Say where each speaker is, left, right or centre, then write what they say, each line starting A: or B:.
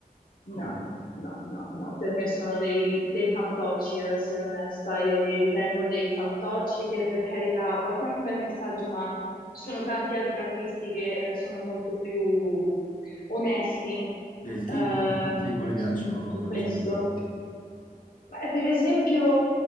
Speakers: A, on the left (about 75°); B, on the left (about 60°).
A: No,
B: Come no?
A: no, no, no, per me sono dei, dei fantocci, ad essere onesta, io li ritengo dei fantocci che per carità portano un bel messaggio, ma ci sono tanti altri artisti che eh, sono molto più onesti
B: Del tipo,
A: eh,
B: a te quale piacciono?
A: su, su
B: Fammi
A: questo.
B: sentire.
A: Beh, per esempio,